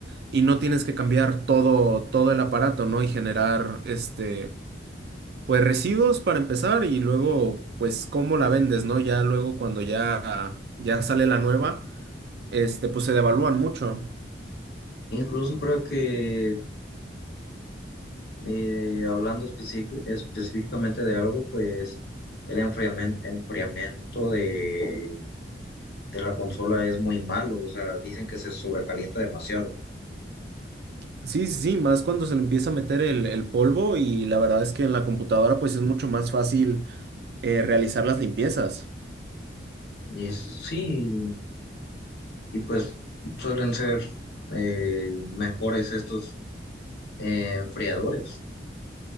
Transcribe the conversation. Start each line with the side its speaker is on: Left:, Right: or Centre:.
Right: y no tienes que cambiar todo, todo el aparato, ¿no? Y generar, este, pues residuos para empezar y luego pues cómo la vendes, ¿no? Ya luego cuando ya, ya sale la nueva, este, pues se devalúan mucho.
Left: Incluso creo que Eh, hablando específic- específicamente de algo, pues el enfriamen- enfriamiento de, de la consola es muy malo, o sea, dicen que se sobrecalienta demasiado.
Right: Sí, sí, sí, más cuando se le empieza a meter el, el polvo y la verdad es que en la computadora pues es mucho más fácil eh, realizar las limpiezas.
Left: Y s- sí, y pues suelen ser eh, mejores estos eh, enfriadores.